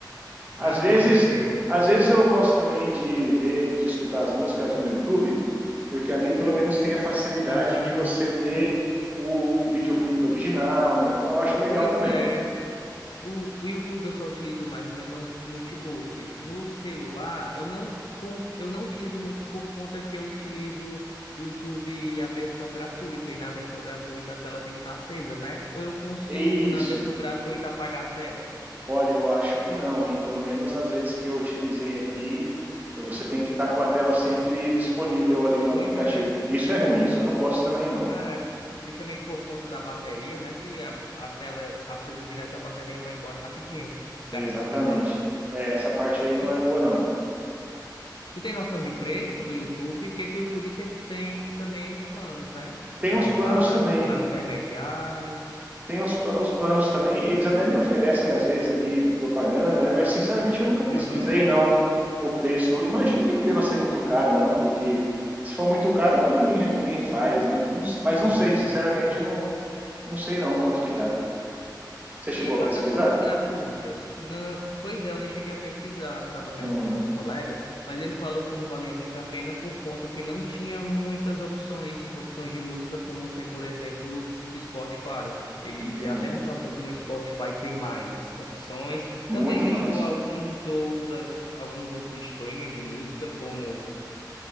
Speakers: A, on the right; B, on the left.
A: Às
B: Não,
A: vezes,
B: com certeza.
A: às vezes eu gosto também de ver, de escutar as músicas no YouTube, porque ali pelo menos tem a facilidade
B: Aham.
A: de você ver o videoclipe original, né? Então eu acho legal
B: Pois
A: também.
B: é. O, o YouTube eu só utilizo mais no meu no- notebook. No celular, eu não, cons- eu não utilizo muito por conta que eu utilizo o YouTube a versão gratuita, e na versão gratuita a tela tem que estar acesa, né? Ou eu consigo,
A: É isso.
B: na versão gratuita, apagar a tela?
A: Olha, eu acho que não, hein? Pelo menos as vezes que eu utilizei aqui, você tem que estar com a tela sempre disponível ali no
B: Pois
A: aplicativo.
B: é,
A: Isso é ruim, isso eu não gosto também, não.
B: é. Justamente por conta da bateria, né? Que a, a tela acesa direto, a bateria vai embora rapidinho. Descarrega
A: Exatamente.
B: o celular.
A: É, essa parte aí não
B: Tu,
A: é boa, não.
B: Tu tem noção de preço do YouTube? Porque o YouTube tem, tem também os planos, né?
A: Tem
B: O plano
A: uns planos
B: básico,
A: também
B: o plano intermediário.
A: tem os, os planos também, eles até me oferecem às vezes aqui propaganda, né? Mas sinceramente eu nunca pesquisei
B: Aham.
A: não o preço. Imagino que não deva ser muito caro não, porque se for muito caro ninguém ninguém faz, né? Não- mas
B: Sim,
A: não sei,
B: sim.
A: sinceramente não não sei não quanto que tá. Você chegou
B: E
A: a
B: plataformas
A: pesquisar?
B: gratuitas? Não, pois é, eu nem cheguei a pesquisar. Eu estava perguntando
A: Hum,
B: a um colega, mas ele falou que não valia muito a pena por conta que não tinha muitas opções, opções de música como tem, por exemplo, o Spotify. Ele
A: entendi.
B: já até ressaltou que no Spotify tem mais opções.
A: Muito
B: Também listou
A: mais.
B: alguns outras, alguns outros streamers de música como